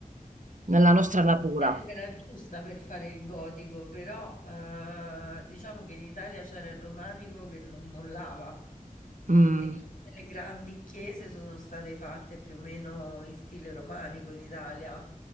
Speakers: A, on the right; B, on the left.
A: nella nostra natura?
B: Epoca era giusta per fare il gotico, però eh, diciamo che in Italia c'era il romanico che non mollava
A: Mm,
B: e tutte le grandi chiese sono state fatte più o meno in stile romanico in Italia,